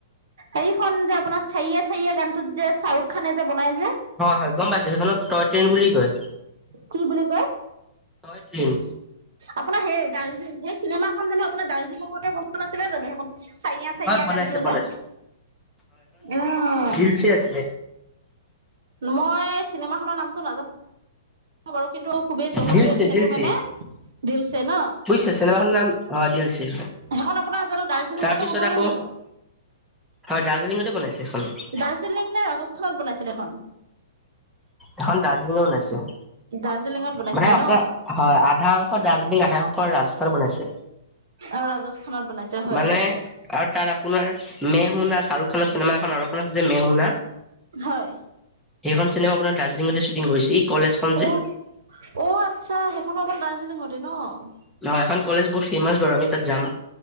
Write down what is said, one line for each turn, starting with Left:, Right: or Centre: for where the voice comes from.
Right: হেখনন যে আপোনাৰ চাৰিয়ে চাৰিয়ে গানটোত যে শ্বাহৰুখ খানে যে বনাই যে
Centre: হয় হয় গম পাইছো সেইখনক টয় ট্ৰেইন বুলি কয়
Right: কি বুলি কয়
Centre: টয় ট্ৰেইন
Right: আপোনাৰ সেই দাৰ্জিলিং সেই চিনেমাখন জানো আপোনাৰ দাৰ্জিলিঙতে গম নাছিলে জানো সেইখন চাইয়াা চাইয়া
Centre: হয় বনাইছে
Right: গানটোজে‌
Centre: বনাইছে
Right: উম
Centre: কি আছিল
Right: মই চিনেমাখনৰ নামটো নাজানো বাৰু কিন্তু খুবেই জনপ্ৰিয়
Centre: দিলছে
Right: যিহেতু
Centre: দিলছে
Right: মানে দিলছে ন
Centre: বুজিছে চিনেমাখনৰ ন দিলছে
Right: সেইখন আপোনাৰ জানো দাৰ্জিলিঙতে
Centre: তাৰপিছত
Right: কোননোৱা
Centre: আকৌ
Right: নাই জানো
Centre: হয় দাৰ্জিলিঙতে বনাইছে সখন
Right: ডাৰজিলিং নে ৰাজস্থান বনাইছিলে এখন
Centre: এখন ডাৰজিলিং ত বনাইছে
Right: দাৰ্জিলিঙত বনাইছিলে
Centre: মানে আপোনাৰ
Right: ন
Centre: হয় আধা অংশ ৰাজজনী আধা অংশ ৰাজস্থানত বনাইছে
Right: আৰু ৰাজস্থানত বনাইছে হয়
Centre: মানে
Right: হয়
Centre: আৰু তাত আপোনাৰ মেহুনা শ্বাহৰুখ খানৰ চিনেমা এখন আৰু এ আছে যে মেহুনা
Right: হয়
Centre: সেইখন চিনেমা আপোনাৰ দাৰ্জিলিঙতে শ্বুটিং কৰিছে ই কলেজখন
Right: অ'
Centre: যে
Right: অ আচ্ছা সেইখনো আপোনাৰ দাৰ্জিলিঙতে ন
Centre: নহয় এখন কলেজ বহুত ফেমাচ বাৰু আমি তাত যাম